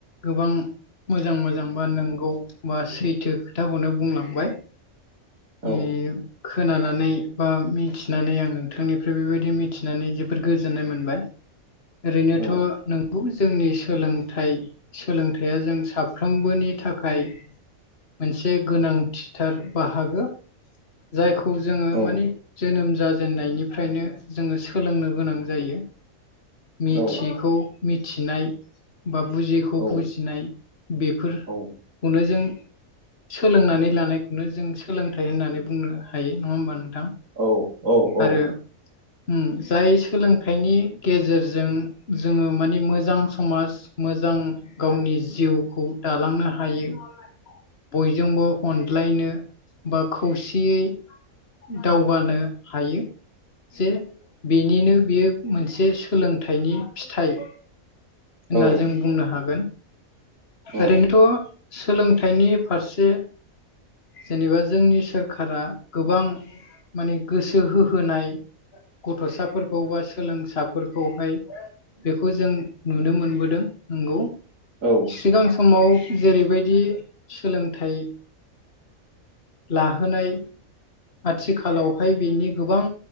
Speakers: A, on the left; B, on the right.
A: गोबां मोजां मोजांबा नंगौ बा सैथो खोथाखौनो बुंलांबाय <unintelligible>
B: औ
A: खोनानानै बा मिथिनानै आं नोंथांनिफ्राय बेबायदि मिथिनानै जोबोद गोजोननाय मोनबाय ओरैनोथ'
B: औ
A: नों गौ जोंनि सोलोंथाइ सोलोंथाइया जों साफ्रोमबोनि थाखाय मोनसे गोनांथिथार बाहागो जायखौ जोङो
B: औ
A: मानि जोनोम जाजेननायनिफ्रायनो जोङो सोलोंनो गोनां जायो मिथियैखौ
B: औ
A: मिथिनाय बा बुजियिखौ
B: औ
A: बुजिनाय बेफोरखौनो
B: औ
A: जों सोलोंनानै लानायखौनो जों सोलोंथाइ होननानै बुंनो हायो नङा होमबा नोंथां
B: औ औ औ
A: आरो उम जाय सोलोंथाइनि गेजेरजों जोङो माने मोजां समाज मोजां गावनि जिउखौ दालांनो हायो बयजोंबो अनज्लायनो बा खौसेयै दावगानो हायो जे बेनिनो बियो मोनसे सोलोंथाइनि फिथाइ होनना
B: औ
A: जों बुंनो हागोन
B: औ
A: ओरैनोथ' सोलोंथाइनि फारसे जेनेबा जोंनि सोरखारा गोबां माने गोसो होहोनाय गथ'साफोरखौ बा सोलोंसाफोरखौहाय बेखौ जों नुनो मोनबोदों नंगौ
B: औ
A: सिगां समाव जेरैबायदि सोलोंथाइ लाहोनाय आथिखालावहाय बेनि गोबां